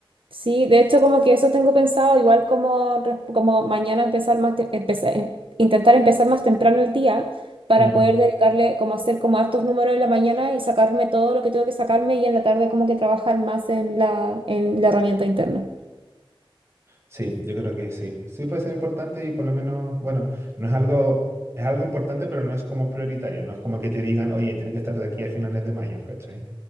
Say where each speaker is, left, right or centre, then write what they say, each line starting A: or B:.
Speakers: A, on the right; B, on the right.
A: sí, de hecho como que eso tengo pensado, igual como, res- como mañana empezar más, te- empezar, en- intentar empezar más temprano el día para
B: Mm,
A: poder dedicarle, como hacer como hartos números en la mañana y sacarme todo lo que tengo que sacarme y en la tarde como que trabajar más en la, en la herramienta interna.
B: Sí, yo creo que sí. Sí puede ser importante y por lo menos, bueno, no es algo, es algo importante, pero no es como prioritario. No es como que te digan, oye, tiene que estar de aquí a finales de mayo, ¿cachai?